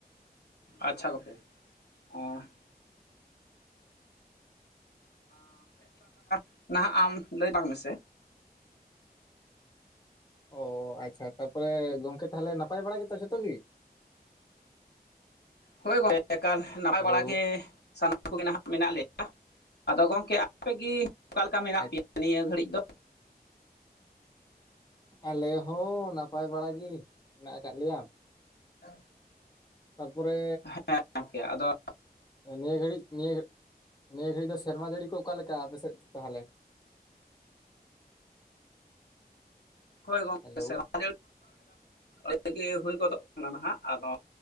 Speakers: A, on the left; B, on the left.
A: ᱟᱪᱪᱷᱟ <inaudible> ᱚ <inaudible> ᱱᱟᱦᱟᱸᱜ ᱟᱢ ᱞᱟᱹᱭ ᱵᱟᱝ ᱢᱮᱥᱮ
B: ᱚ ᱟᱪᱪᱷᱟ ᱛᱟᱯᱚᱨᱮ ᱜᱚᱝᱠᱮ ᱛᱟᱦᱚᱞᱮ ᱱᱟᱯᱟᱭ ᱵᱟᱲᱟ ᱜᱮᱛᱚ ᱡᱚᱛᱚ ᱜᱮ?
A: ᱦᱳᱭ ᱜᱚᱝᱠᱮ ᱮᱠᱟᱞ ᱱᱟᱯᱟᱭ
B: ᱦᱮᱞᱳ
A: ᱵᱟᱲᱟ ᱜᱮ ᱥᱟᱱᱟᱢ ᱠᱚᱜᱮ ᱱᱟᱦᱟᱜ ᱢᱮᱱᱟᱜ ᱞᱮᱭᱟ ᱟᱫᱚ ᱜᱚᱢᱠᱮ ᱟᱯᱮᱜᱮ ᱚᱠᱟ ᱞᱮᱠᱟ ᱢᱮᱱᱟᱜ
B: ᱟᱪ-
A: ᱯᱮᱭᱟ ᱱᱤᱭᱟᱹ ᱜᱷᱟᱹᱲᱤᱡ? ᱫᱚ
B: ᱟᱞᱮ ᱦᱚᱸ ᱱᱟᱯᱟᱭ ᱵᱟᱲᱟᱜ ᱜᱤ ᱢᱮᱱᱟᱜ ᱟᱠᱟᱫ ᱞᱮᱭᱟ᱾
A: <unintelligible>
B: ᱛᱟᱨᱯᱚᱨᱮᱻ
A: ᱦᱮᱸ ᱜᱚᱝᱠᱮ ᱟᱫᱚ
B: ᱱᱤᱭᱟᱹ ᱜᱷᱟᱹᱲᱤᱡ, ᱱᱤᱭᱟᱹ, ᱱᱤᱭᱟᱹ ᱜᱷᱟᱹᱲᱤᱡ ᱫᱚ ᱥᱮᱨᱢᱟ ᱡᱟᱹᱲᱤ ᱠᱚ ᱚᱠᱟ ᱞᱮᱠᱟ ᱟᱯᱮ ᱥᱮᱫ ᱛᱟᱦᱚᱞᱮ?
A: ᱦᱳᱭ ᱜᱚᱢᱠᱮ
B: ᱦᱮᱞᱳ
A: ᱥᱮᱨᱢᱟ <inaudible> ᱦᱩᱭ ᱜᱚᱫᱚᱜ ᱠᱟᱱᱟ ᱱᱟᱦᱟᱸᱜ ᱟᱫᱚ